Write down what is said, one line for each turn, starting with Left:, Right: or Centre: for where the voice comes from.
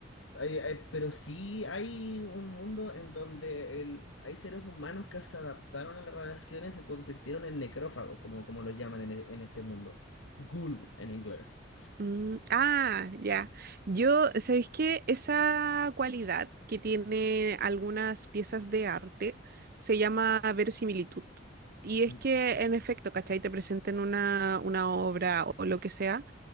Left: hay- hay- pero sí hay un mundo en donde el- hay seres humanos que se adaptaron a las radiaciones y se convirtieron en necrófagos, como, como los llaman en, e- en este mundo. Ghoul en inglés.
Right: Mm, ah, ya. Yo, ¿sabéis qué? Esa cualidad que tiene algunas piezas de arte se llama verosimilitud. Y es
Left: Mm,
Right: que, en efecto, ¿cachai? Te presenten una, una obra o lo que sea,